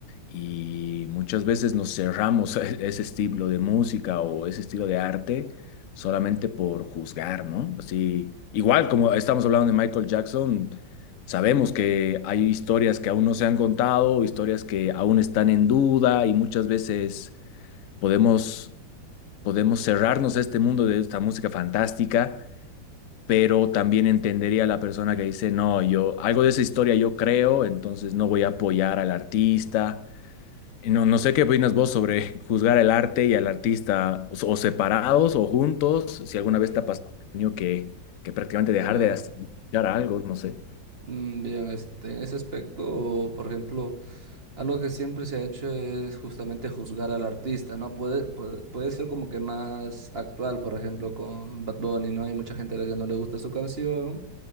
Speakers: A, on the left; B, on the right.
A: Y muchas veces nos cerramos <laughs> a e- ese estilo de música o ese estilo de arte solamente por juzgar, ¿no? Así, igual como estamos hablando de Michael Jackson. Sabemos que hay historias que aún no se han contado, historias que aún están en duda y muchas veces podemos, podemos cerrarnos a este mundo de esta música fantástica, pero también entendería a la persona que dice, no, yo algo de esa historia yo creo, entonces no voy a apoyar al artista. Y No, no sé qué opinas vos sobre <laughs> juzgar el arte y al artista, o, o separados o juntos, si alguna
B: mm,
A: vez te ha pasado, has tenido que, que prácticamente dejar
B: ya.
A: de hacer algo, no sé.
B: Mm, Bien, este, en ese aspecto, por ejemplo, algo que siempre se ha hecho es justamente juzgar al artista, ¿no? Puede, puede, puede ser como que más actual, por ejemplo, con Bad Bunny, ¿no? Hay mucha gente a la que no le gusta su canción,